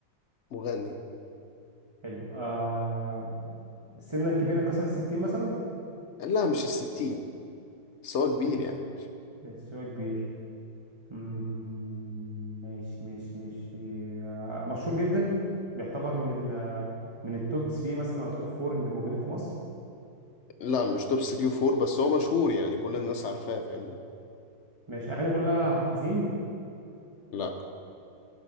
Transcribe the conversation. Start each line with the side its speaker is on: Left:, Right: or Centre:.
Left: مغني
Right: حلو آه سنا كبيرا كسر الستين مثلا
Left: لا مش الستين بس هو
Right: مش
Left: كبير يعني
Right: بس هو كبير مم، ماشي ماشي ماشي آه، مشهور جدا بيعتبر من ال من التوب 3 مثلا او التوب 4 اللي موجودين في مصر
Left: لا مش توب 3 و4 بس هو مشهور يعني كل الناس عارفاه فاهمني
Right: ماشي اغاني كلها حزين
Left: لا